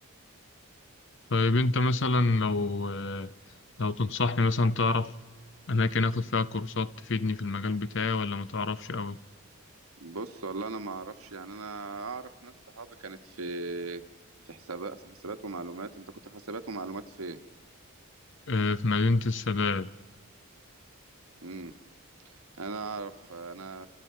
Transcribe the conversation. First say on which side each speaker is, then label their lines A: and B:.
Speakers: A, on the left; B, on the right.
A: طيب انت مثلا لو لو تنصحني مثلا تعرف اماكن اخد فيها كورسات تفيدني في المجال بتاعي ولا ما تعرفش قوي
B: بص والله انا ما اعرفش يعني انا اعرف ناس صحابي كانت في في حسابات في حسابات ومعلومات انت كنت في حسابات ومعلومات في ايه؟
A: آه، في مدينة السادات
B: امم انا اعرف انا